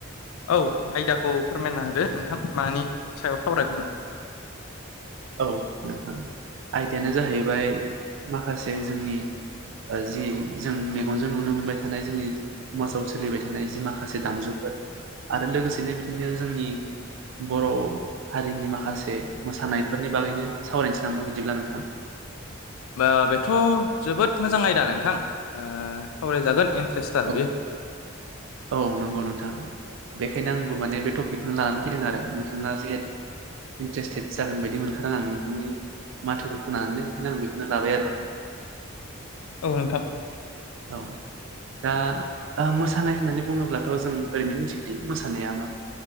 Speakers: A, on the left; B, on the right.
A: औ आयदाखौ फोरमायना होदो नोंथां मानि सायाव सावरायगौमोन।
B: औ नोंथां आयदायानो जाहैबाय माखासे जोंनि ओ जि जों मेगनजों नुनो मोनबाय थानाय जोंनि समाजाव सोलिबाय थानाय जि माखासे दामजुफोर आरो लोगोसेनो बिदिनो जोंनि बर' हारिनि माखासे मोसानाय। बेफोरनि बागैनो सावरायनोसै नामा बिदिब्ला नोंथां।
A: बा बेथ' जोबोद मोजां आयदा नोंथां ओ सावरायजागोन। त्रेस्थार
B: औ
A: बेयो।
B: औ नंगौ नोंथां। बेखायनो आंबो माने बे टपिकखौनो लानानै फैदों आरो नोंथाङा जिहेथु इन्ट्रेस्टेड जागोन बायदि मोनखादों आं नोंथांनि माथोखौ खोनानैनो ओंखायनो आं बेखौनो लाबाय आरो ना
A: औ नोंथां।
B: औ दा ओ मोसानाय होन्नानै बुङोब्लाथ' जों ओरैनो मिथिखायो मोसानाया मा।